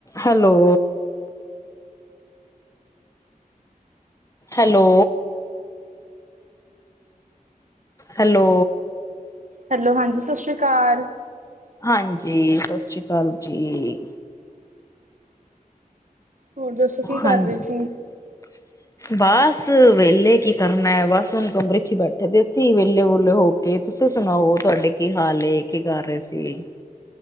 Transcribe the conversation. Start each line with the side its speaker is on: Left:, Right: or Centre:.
Left: Hello hello hello.
Right: Hello, ਹਾਂਜੀ, ਸਤਿ ਸ੍ਰੀ ਅਕਾਲ।
Left: ਹਾਂਜੀ, ਸਤਿ ਸ੍ਰੀ ਅਕਾਲ ਜੀ।
Right: ਹੋਰ ਦੱਸੋ ਕੀ ਕਰ
Left: ਹਾਂਜੀ
Right: ਰਹੇ ਸੀ
Left: ਬਸ। ਬਸ ਵੇਲੇ ਕੀ ਕਰਨਾ ਏ ਬਸ ਹੁਣ ਕਮਰੇ ਹੀ ਬੈਠੇ। ਬੈਠੇ ਦੇ ਸੀ ਵਿਹਲੇ ਵੁਹਲੇ ਹੋ ਕੇ, ਤੁਸੀਂ ਸੁਣਾਓ ਤੁਹਾਡੇ ਕੀ ਹਾਲ ਏ ਕੀ ਕਰ ਰਹੇ ਸੀ?